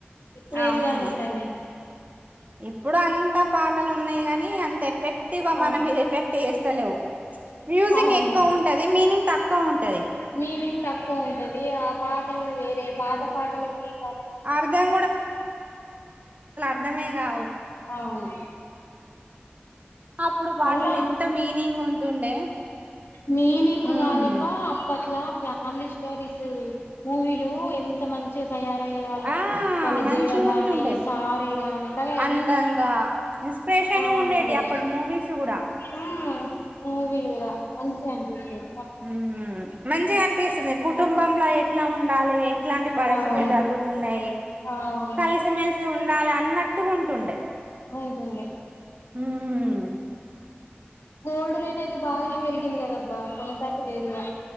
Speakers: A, on the left (about 85°); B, on the right (about 40°).
A: ఇప్పుడు
B: అవును
A: ఏ విధంగా ఉంటున్నాయి
B: ఇప్పుడు అంతా పాటలు ఉన్నాయి కాగానీ అంత ఎఫెక్ తివ మనం
A: ఆ
B: ఇది ఎఫెక్ట్ తెలవు మ్యూజిక్
A: అవును
B: ఎక్కువ ఉంటది మీనింగ్ తక్కు క్క ఉంటది
A: మీనింగ్ తక్కువ ది ఆ పాటలు వేరే పాత పాటల కి <unintelligible> పాటలకి
B: అర్ధం అర్ద్ మే కావు
A: అవును
B: అప్పుడు పాటలు
A: మళ్ళా
B: ఎంత మీనింగ్ ఉంటుండే
A: మీనింగ్
B: ఉమ్
A: కాదబ్బా అప్పట్లా ఫ్యామిలీ స్టోరీస్ మూవీలు ఎంత మంచి తయారయ్యే వాళ్ళు
B: ఆ
A: వాళ్ళ
B: మంచిగుంటుండే
A: జెడ గాని ఈ సారీ గాని కదా
B: అందంగా
A: ఎంత
B: ఇన్స్పిరేషన్
A: ఆ
B: ఉండేటి
A: అదే
B: అప్పుడు మూవీస్ కూడా
A: హ్మ్ మూవీలు కూడా మంచిగా అం కేం
B: హ్మ్ మంచిగా అనిపిస్తుంది కుటుంబంలో ఎట్లా ఉండాలి ఇట్లాంటి పరిస్థితులు
A: అవును
B: జరుగుతున్నాయి
A: అవును
B: కలిసి మెలిసి ఉండాలి అన్నట్టుగా ఉంటుండే
A: ఉంటుండె
B: హ్మ్
A: గోల్డ్ రేట్ అయితే బాగానే పెరిగింది కదబ్బా కొనెటట్టు లేదు ఇక